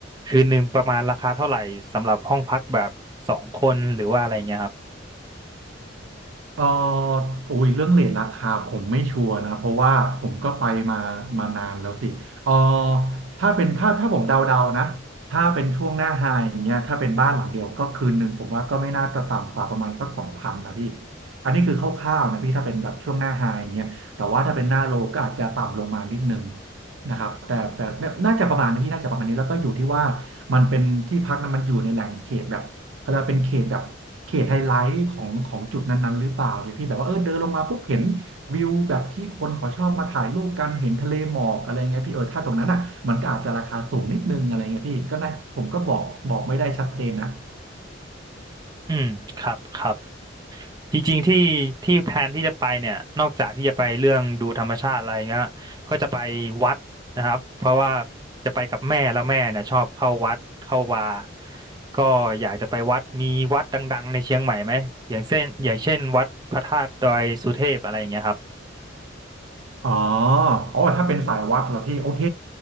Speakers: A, on the right (about 20°); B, on the right (about 85°).
A: คืนหนึ่งประมาณราคาเท่าไหร่สำหรับห้องพักแบบสองคนหรือว่าอะไรเงี้ยครับ
B: ก็อุ้ยเรื่องเรทราคาผมไม่ชัวร์นะเพราะว่าผมก็ไปมามานานแล้วสิเออถ้าเป็นถ้าถ้าผมเดาๆนะ ถ้าเป็นช่วงหน้าไฮอย่างเงี้ยถ้าเป็นบ้านหลังเดียวก็คืนหนึ่งผมว่าก็ไม่น่าจะต่ำกว่าประมาณสักสองพันนะพี่อันนี้คือคร่าวๆนะพี่ถ้าเป็นแบบช่วงหน้าไฮอย่างเงี้ยแต่ว่าถ้าเป็นหน้าโลก็อาจจะต่ำลงมานิดนึงนะครับแต่แต่น่าจะประมาณนี้พี่น่าจะประมาณนี้แล้วก็อยู่ที่ว่ามันเป็นที่พักนั้นมันอยู่ในแหล่งเขตแบบ เขาเรียกว่าเป็นเขตแบบเขตไฮไลท์ของของจุดนั้นๆหรือเปล่าเนี่ยพี่แบบว่าเออเดินลงมาปุ๊บเห็นวิวแบบที่คนเขาชอบมาถ่ายรูปกันเห็นทะเลหมอกอะไรเงี้ยพี่เออถ้าตรงนั้นอ่ะมันก็อาจจะราคาสูงนิดนึงอะไรเงี้ยพี่ก็น่าผมก็บอกบอกไม่ได้ชัดเจนนะ
A: อืมครับครับ จริงๆที่ที่แพลนที่จะไปเนี่ยนอกจากที่จะไปเรื่องดูธรรมชาติอะไรเงี้ยก็จะไปวัดนะครับเพราะว่าจะไปกับแม่แล้วแม่เนี่ยชอบเข้าวัดเข้าวาก็อยากจะไปวัดมีวัดดังๆในเชียงใหม่ไหมอย่างเช่นอย่างเช่นวัดพระธาตุดอยสุเทพอะไรอย่างเงี้ยครับ
B: อ๋ออ๋อถ้าเป็นสายวัดเหรอพี่โอเค